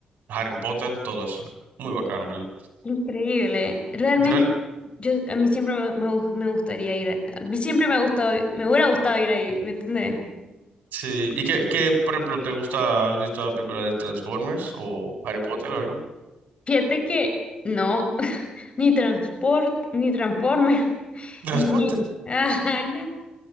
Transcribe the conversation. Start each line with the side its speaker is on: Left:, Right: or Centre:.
Right: Harry Potter, todo eso. Muy bacano, ¿verdad?
Left: Increíble. Realmente,
Right: Real-
Left: yo a mí siempre me, me gu- me gustaría ir a, a mí siempre me ha gustado, me hubiera gustado ir ahí, ¿me entendés?
Right: Sí. ¿Y qué, qué, por ejemplo, te gusta? ¿Has visto la película de Transformers o Harry Potter o algo?
Left: Fíjate que no, <laughs> ni transport, ni Transformer, <laughs>
Right: Transporte.
Left: ni ajá, no,